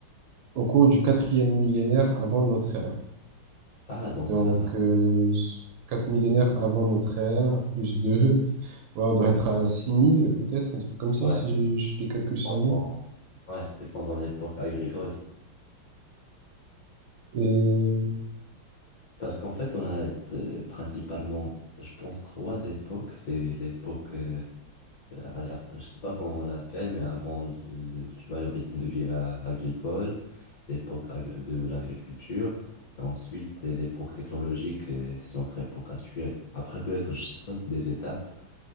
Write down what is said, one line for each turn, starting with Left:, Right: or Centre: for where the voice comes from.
Right: au cours du quatrième millénaire avant notre ère.
Left: Ah, donc
Right: Donc
Left: ça va...
Right: euh, quatre millénaires avant notre ère plus deux, <laughs> ouais, on doit être à 6000 peut-être un truc comme ça
Left: Ouais.
Right: si j'ai- je, les calculs sont
Left: Pendant-
Right: bons.
Left: Ouais, c'était pendant l'époque agricole.
Right: Et
Left: Parce qu'en fait, on a euh, principalement, je pense, trois époques. C'est l'époque, euh, euh, alors, je sais pas comment on l'appelle, mais avant, le- tu vois, le rythme de vie euh, agricole, l'époque ag- de l'agriculture, et ensuite euh, l'époque technologique, euh, c'est notre époque actuelle. Après, peut-être, je saute des étapes,